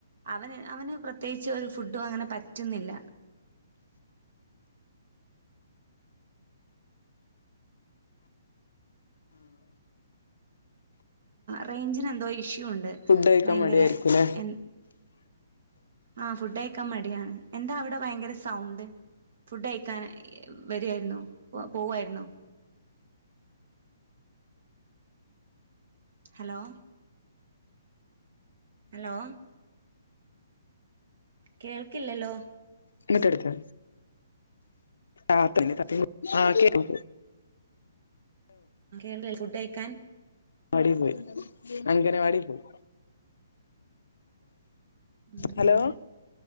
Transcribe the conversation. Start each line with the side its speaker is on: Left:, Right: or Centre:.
Right: അവന് അവന് പ്രത്യേകിച്ച് ഒരു ഫുഡും അങ്ങനെ പറ്റുന്നില്ല റേഞ്ചിന് എന്തോ ഇഷ്യൂ ഉണ്ട്
Left: ഫുഡ് കഴിക്കാൻ
Right: ഭയങ്കര
Left: മടിയായിരിക്കൂല്ലേ
Right: എ ആഹ് ഫുഡ് കയ്ക്കാൻ മടിയാണ്. എന്താ അവിടെ ഭയങ്കര സൗണ്ട് ഫുഡ് കയ്ക്കാൻ വരുവായിരുന്നോ, പോവായിരുന്നോ ഹലോ ഹലോ കേൾക്കില്ലല്ലോ
Left: ഇങ്ങട്ട് എടുക്ക് ആഹ് <unintelligible> ആഹ് കേക്കും
Right: ങ്കൽ ഫുഡ് അയിക്കാൻ
Left: വാടി പോയി അങ്ങനെ വാടി പോയി.
Right: ഉം നന്നായി
Left: ഹലോ